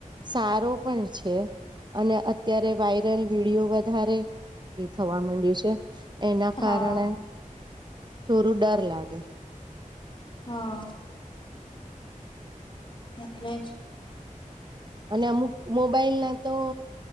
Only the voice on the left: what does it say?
હા
હમ એટલે જ